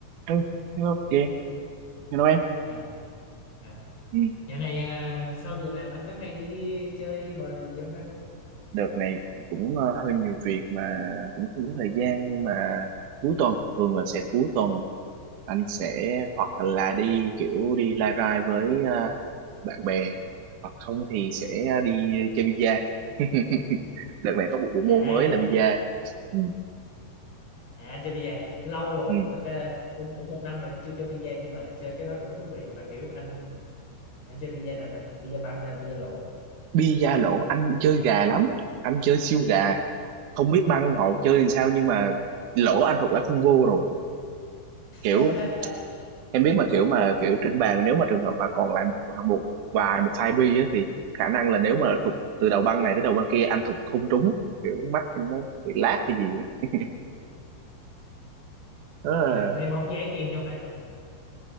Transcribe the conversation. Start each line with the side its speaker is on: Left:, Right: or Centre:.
Right: Ừ, hello chị, hello em.
Left: Dạ, dạ.
Right: Ừ.
Left: Dạo này à, sau giờ làm anh có hay đi chơi bời gì không ta?
Right: Đợt này thì cũng ờ, hơi nhiều việc mà cũng không có thời gian nhưng mà cuối tuần thường là sẽ cuối tuần anh sẽ hoặc là đi kiểu đi lai rai với ờ, bạn bè hoặc không thì sẽ đi chơi bi-a. <laughs> Đợt này có một bộ
Left: À,
Right: môn mới là bi-a. Ừ.
Left: à anh chơi bida lâu rồi.
Right: Ừ.
Left: Thực ra cũng cũng một năm rồi em chưa chơi bida nhưng mà chơi cái đó cũng thú vị mà kiểu anh anh chơi bida nào ta? Bida băng hay là bida lỗ?
Right: Bi-a lỗ anh chơi gà lắm, anh chơi siêu gà, không biết băng họ chơi làm sao nhưng mà lỗ anh thuộc lá phân vô rồi. Kiểu
Left: <laughs>
Right: em biết mà kiểu mà kiểu trên bàn nếu mà trường hợp mà còn lại một à, một vài một hai bi á, thì khả năng là nếu mà thục từ đầu băng này tới đầu băng kia anh thục không trúng kiểu mắt anh nó bị lát hay gì á Nó
Left: Tự
Right: là
Left: nhiên em thấy bóng dáng em trong này.